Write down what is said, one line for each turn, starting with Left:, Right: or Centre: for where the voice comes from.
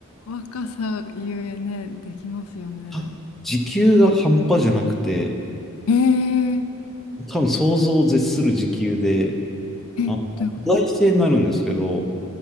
Left: ー若さゆえね、できますよね。
Centre: た時給が半端じゃなくて、
Left: ええ
Centre: 多分想像を絶する時給で、
Left: え、
Centre: あの、
Left: どういうことですか
Centre: 意外性になるんですけど、